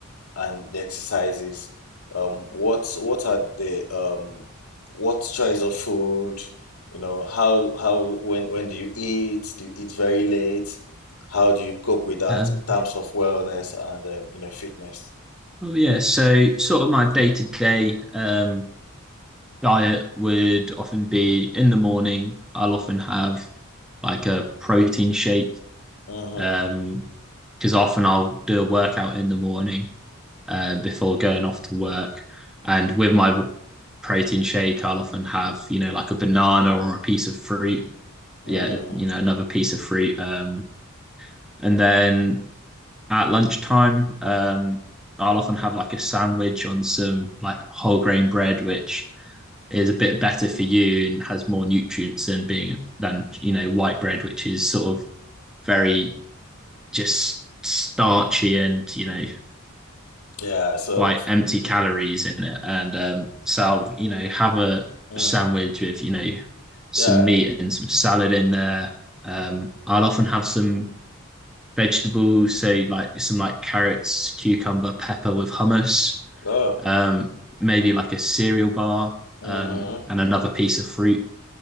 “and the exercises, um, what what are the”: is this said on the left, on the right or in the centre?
Left